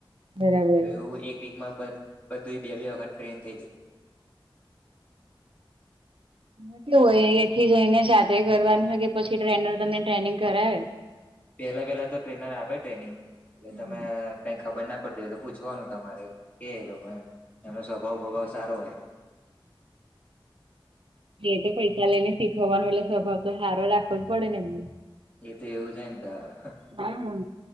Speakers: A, on the right; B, on the left.
A: બરાબર
B: તો એવું એક વીક મા બધ બધુંય બે-બે વખત ટ્રેઈન થઈ જાય.
A: તેમાં કેવું હોય અહીંયાથી જઈને જાત કરવાનું છે કે પછી ટ્રેનર તમને ટ્રેનિંગ કરાવે.
B: પેહલા પેલા તો ટ્રેનર આપે ટ્રેનિંગ એટલે
A: હમ
B: તમે કઈ ખબર ના પડતી હોય તો તમારે કે એ લોકો એમ એમનો સ્વભાવ-બભાવ સારો હોય
A: એ તે પૈસા લઈને શીખવાનો એટલે સ્વભાવ તો હારો રાખવો જ પડે ને એમને.
B: એ તો એવુંજ હોયને તાર.
A: હા.